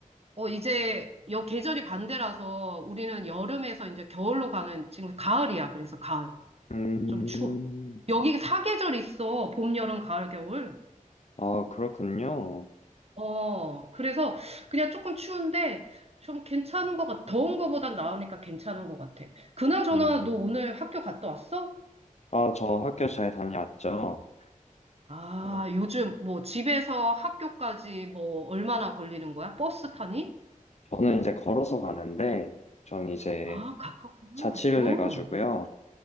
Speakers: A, on the right; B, on the left.
A: 어, 이제 여 계절이 반대라서 우리는 여름에서 이제 겨울로 가는, 지금 가을이야. 그래서 가을.
B: 음,
A: 좀 추워. 여기 사계절 있어. 봄, 여름, 가을, 겨울.
B: 아, 그렇군요.
A: 어, 그래서 그냥 조금 추운데 좀 괜찮은 것 같아. 더운 거보단 나으니까 괜찮은 것 같아. 그나저나
B: 음.
A: 너 오늘 학교 갔다 왔어?
B: 아, 저 학교 잘 다녀왔죠.
A: 아,
B: 어,
A: 요즘 뭐 집에서 학교까지 뭐 얼마나 걸리는 거야? 버스 타니?
B: 저는 이제 걸어서 가는데, 전 이제
A: 아, 가깝구나.
B: 자취를
A: 응.
B: 해가지고요.